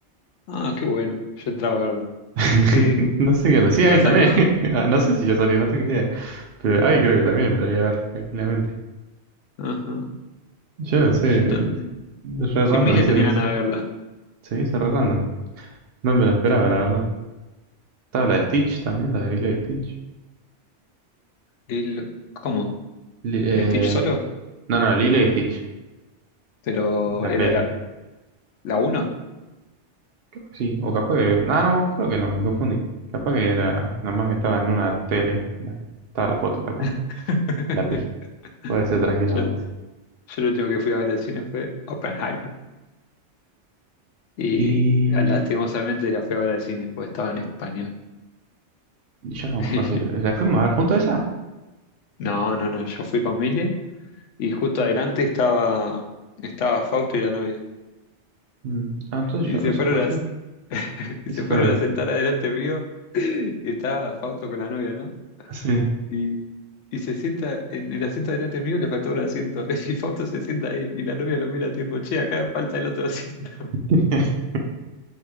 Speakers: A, on the left; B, on the right.
A: Ah, qué bueno. Yo entraba a verla.
B: <laughs>
A: Sí,
B: No sé qué onda. Sí, Abby
A: ¿ya salió?
B: también. <laughs> Ah, No sé si yo salí, no tengo idea. Pero Abby creo que también entraría a ver tranquilamente.
A: Ajá,
B: Yo no sé.
A: yo también.
B: Re
A: Sí,
B: random
A: Mile
B: se
A: tenía
B: me hizo.
A: ganas de verla.
B: Se me hizo re random. No me lo esperaba, la verdad. Estaba la de Stitch también, la de Lilo y Stitch.
A: Lilo- ¿Cómo?
B: Li- eh,
A: ¿Stitch solo?
B: no, no, Lilo y Stitch.
A: Pero
B: La
A: era
B: peli.
A: la, la uno.
B: Creo que sí, o capaz que... Ah, no, creo que no, me confundí. Capaz que era... Nada más que estaba en una tele. Bueno, Estaba la foto, capaz.
A: <laughs>
B: La pifé. Puede ser tranquilamente.
A: Yo, yo lo último que fui a ver al cine fue Oppenheimer. Y
B: Y...
A: lastimosamente la fui a ver al cine, porque estaba en español.
B: Yo no me
A: <laughs>
B: acuerdo si... ¿La fuimos a ver juntos esa?
A: No, no, no, yo fui con Mile y justo adelante estaba, estaba Fausto y la novia.
B: Mm, Ah, entonces
A: Y
B: yo
A: se
B: no sé,
A: fueron
B: pues
A: las,
B: yo...
A: <laughs> y
B: Y
A: se
B: se fueron
A: fueron
B: ahí.
A: a sentar adelante mío y estaba Fausto con la novia, ¿no?
B: Sí.
A: Y, y se sienta en el asiento adelante mío, le faltó un asiento. <laughs> Y Fausto se sienta ahí y la novia lo mira tipo, che, acá falta el otro asiento.
B: <laughs>